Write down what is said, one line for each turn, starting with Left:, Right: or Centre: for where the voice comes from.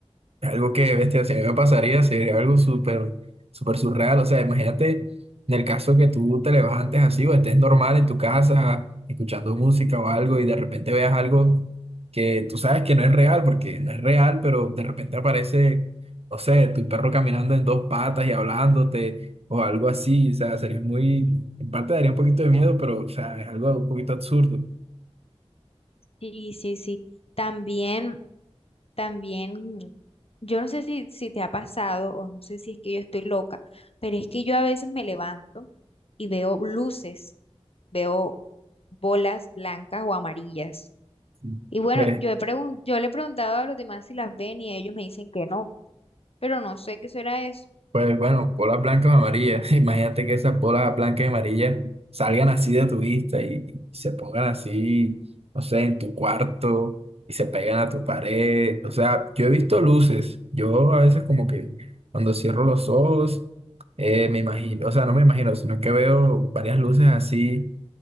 Right: es algo que, bestia, si a mí me pasaría, sería algo súper, súper surreal. O sea, imagínate en el caso que tú te levantes así o estés normal en tu casa escuchando música o algo y de repente veas algo que tú sabes que no es real, porque no es real, pero de repente aparece, no sé, tu perro caminando en dos patas y hablándote o algo así. O sea, sería muy, en parte daría un poquito de miedo, pero, o sea, es algo un poquito absurdo.
Left: Sí, sí, sí. También, también, yo no sé si, si te ha pasado o no sé si es que yo estoy loca, pero es que yo a veces me levanto y veo luces, veo bolas blancas o amarillas.
Right: Sí.
Left: Y bueno,
Right: Pues.
Left: yo he pregun- yo le he preguntado a los demás si las ven y ellos me dicen que no, pero no sé qué será eso.
Right: Pues bueno, bolas blancas o amarillas. <laughs> Imagínate que esas bolas blancas y amarillas salgan así de tu vista y, y se pongan así, no sé, en tu cuarto y se pegan a tu pared. O sea, yo he visto luces. Yo a veces como que cuando cierro los ojos, eh, me imagino, o sea, no me imagino, sino que veo varias luces así